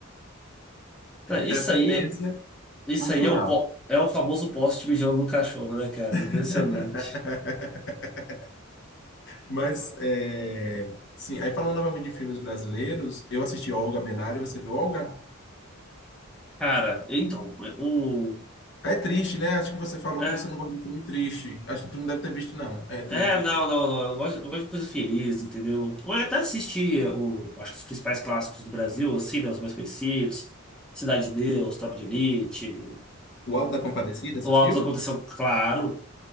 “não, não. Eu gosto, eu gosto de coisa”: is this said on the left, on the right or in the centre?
Centre